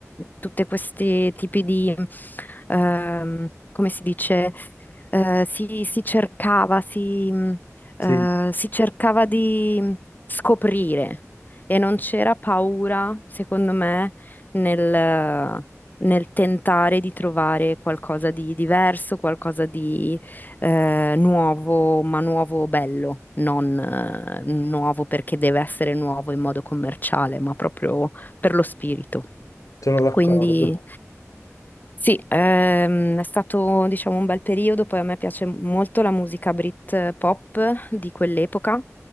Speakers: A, on the left; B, on the left.
A: tutti questi tipi di, ehm, come si dice, eh, si, si cercava, si, mh, eh,
B: sì,
A: si cercava di mm, scoprire e non c'era paura, secondo me, nel, nel tentare di trovare qualcosa di diverso, qualcosa di eh, nuovo, ma nuovo bello, non eh, nuovo perché deve essere nuovo in modo commerciale, ma proprio per lo spirito.
B: sono d'accordo.
A: Quindi sì, ehm, è stato diciamo un bel periodo, poi a me piace molto la musica Brit eh, pop di quell'epoca